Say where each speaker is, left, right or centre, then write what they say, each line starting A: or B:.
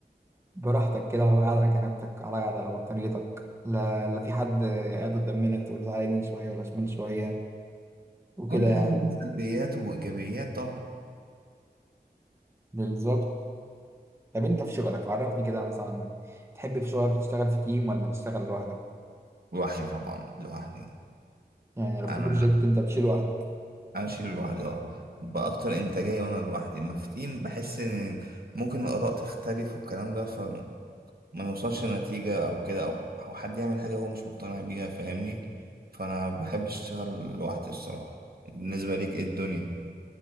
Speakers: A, on the right (about 15°); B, on the right (about 65°).
A: براحتك كده قاعد على كنبتك على قاعد على بطانيتك لا لا في حد قاعد قدام منك تقول له تعالى يمين شوية ولا شمال شوية وكده
B: كل
A: يعني
B: حاجة ليها سلبيات وإيجابيات طبعا
A: بالظبط طب انت في شغلك عرفني كده مثلا تحب في شغلك تشتغل في تيم ولا تشتغل لوحدك
B: لوحدي طبعا لوحدي
A: يعني لو في
B: أنا
A: بروجكت انت بتشيله لوحدك
B: انا اشيله لوحدي اه باكتر انتاجيه وانا لوحدي ما في تيم بحس ان ممكن الاراء تختلف والكلام ده فما نوصلش لنتيجه او كده او او حد يعمل حاجه هو مش مقتنع بيها فاهمني فانا بحب اشتغل لوحدي الصراحه بالنسبه ليك ايه الدنيا